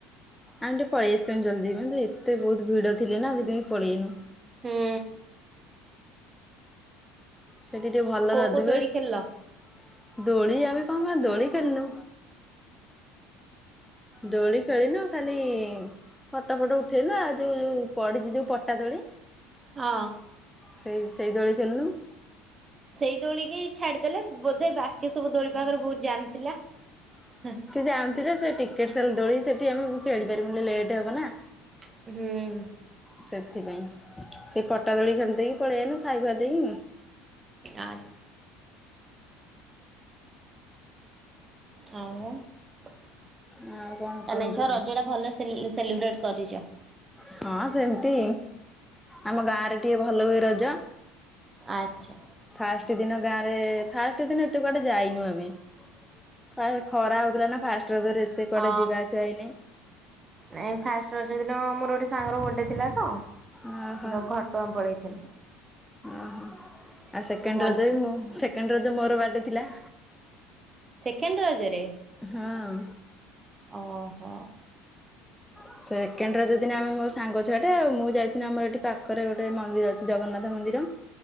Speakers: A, in the centre; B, on the right (about 30°).
A: ଆମେ ଟିକେ ପଳେଇ ଆସିଥିନୁ ଜଲ୍ଦି ମାନେ ଏତେ ବହୁତ ଭିଡ ଥିଲେ ନା ସେଇଥି ପାଇଁ ପଳେଇ ଆଇନୁ।
B: ହୁଁ।
A: ସେଠି ଟିକେ ଭଲ
B: କୋଉ
A: ରଜ
B: କୋଉ
A: ବେଶ
B: ଦୋଳି ଖେଳିଲ?
A: ଦୋଳି ଆମେ କଣ କ ଦୋଳି ଖେଳିଲୁ। ଦୋଳି ଖେଳି ନୁ ଖାଲି ଫଟୋ ଫଟ ଉଠେଇଲୁ ଆଉ ଯୋଉ ଯୋଉ ପଡିଛି ଯୋଉ ପଟା ଦୋଳି
B: ହଁ
A: ସେଇ ସେଇ ଦୋଳି ଖେଳିନୁ।
B: ସେଇ ଦୋଳିିକି ଛାଡିଦେଲେ ବୋଧେ ବାକି ସବୁ ଦୋଳି ପାଖରେ ବହୁତ ଜାମ୍ ଥିଲା। ହୁ
A: ଜାମ ଥିଲେ ସେ ଟିକ କିକେଟ୍ ସଲ ଦୋଳି ସେଠି ଆମେକୁ ଖେଳିପାରିମିନୁ ଲେଟ୍ ହେବ ନା।
B: ହୁଁ
A: ସେଥିପାଇଁ ସେ ପଟା ଦୋଳି ଖେଳି ଦେଇକି ପଳେଇଆନୁ ଖାଇ ଖୁଆ ଦେଇ।
B: ଆଁ ଆଉ ତାଲେ
A: ଆଉ କଣ କୁହନ୍ତୁ
B: ଛ ରଜ ଟା ଭଲ ସେଲି ସେଲିବ୍ରେଟ କରିଛ।
A: ହଁ ସେମିତି ଆମ ଗାଁ ରେ ଟିକେ ଭଲ ହୁଏ ରଜ।
B: ଆଚ୍ଛା
A: ଫାଷ୍ଟ ଦିନ ଗାଁ ରେ ଫାଷ୍ଟ ଦିନ ଏତେ କୁଆଡେ ଯାଇନୁ ଆମେ। ଫା ଖରା ହଉଥିଲା ନା ଫାଷ୍ଟ ରଜରେ। ଏତେ କୁଆଡେ
B: ହଁ
A: ଯିବା ଆସିବା ହେଇନି
B: ନାଇଁ ଫାଷ୍ଟ ରଜ ଦିନ ମୋର ଗୋଟେ ସାଙ୍ଗର ବୋଡେ ଥିଲା ତ।
A: ଓହୋ
B: ତ ଘଟଗାଁ ପଳେଇଥିଲୁ।
A: ଓହୋ ଆ ସେକେଣ୍ଡ
B: ମ
A: ରଜ ବି ମୁ ସେ ଣ୍ଡ ତ ମୋର ବାଡେ ଥିଲା।
B: ସେକେଣ୍ଡ ରଜରେ
A: ହଁ।
B: ଓହୋ।
A: ସେକେଣ୍ଡ ରଜ ଦିିନ ଆମେ ମୋ ସାଙ୍ଗ ଛୁଆଟେ ଆଉ ମୁଁ ଯାଇଥିଲି ଆମର ଏଠି ପାଖରେ ଗୋଟେ ମନ୍ଦିର ଜଗନ୍ନାଥ ମନ୍ଦିର